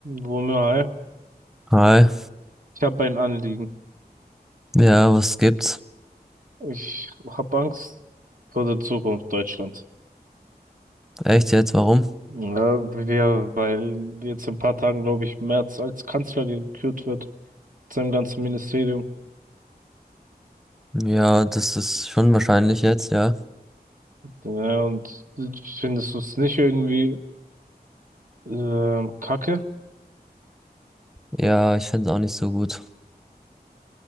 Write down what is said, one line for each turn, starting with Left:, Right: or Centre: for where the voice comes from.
Right: Wumme, hi.
Centre: Hi.
Right: Ich habe ein Anliegen.
Centre: Ja, was gibt's?
Right: Ich habe Angst vor der Zukunft Deutschlands.
Centre: Echt jetzt? Warum?
Right: Ja, wir, weil jetzt in ein paar Tagen, glaube ich, Merz als Kanzler gekürt wird, mit seinem ganzen Ministerium.
Centre: Ja, das ist schon wahrscheinlich jetzt, ja.
Right: Ja, und findest du es nicht irgendwie ähm, kacke?
Centre: Ja, ich find's auch nicht so gut.